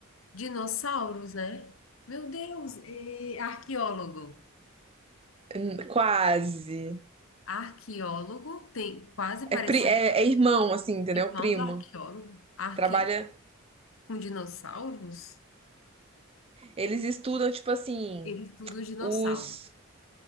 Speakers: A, on the left; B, on the right.
A: Dinossauros, né? Meu Deus, é arqueólogo.
B: Hum, Quase.
A: Arqueólogo tem quase parecido
B: É, pri- é,
A: com
B: é irmão, assim, entendeu?
A: o irmão
B: Primo.
A: do arqueólogo. Arque
B: Trabalha.
A: Com dinossauros?
B: Eles estudam, tipo assim,
A: Ele estuda os dinossauros.
B: os.